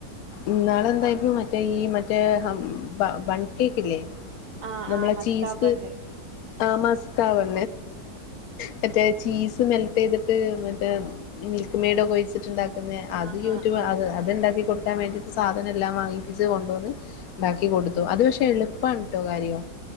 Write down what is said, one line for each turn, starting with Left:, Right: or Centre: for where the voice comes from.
Left: ഇന്നാളെന്തേര്ന്നു
Right: അങ്ങനെ
Left: മറ്റേ ഈ മ റ്റേ ഹം ബ ബൺ കേക്കില്ലെ
Right: ആഹ്
Left: നമ്മളെ
Right: ആഹ് മസ്കാബണ്ണ്
Left: ചീസ് ആ മസ്തവാ <unintelligible> മറ്റേ ചീസ് മെൽ ചെയ്തിട്ട് മറ്റേ മിൽക്ക് മെയ്ഡ് ഒക്കെഴിച്ചിട്ട്ണ്ടാക്കുന്നെ
Right: ആഹ്
Left: അത് യൂട്യൂബ്
Right: ആഹ് ആഹ്
Left: അ
Right: ആഹ്
Left: അത്ണ്ടാക്കിടുക്ക വേണ്ടട്ട് സാധനം എല്ലാം വാങ്ങിപ്പിച്ചച്ച് കൊണ്ടുവന്ന് ഉണ്ടാക്കി കൊടുത്തു അത് പക്ഷെ എളുപ്പാണ് കേട്ടോ കാര്യോ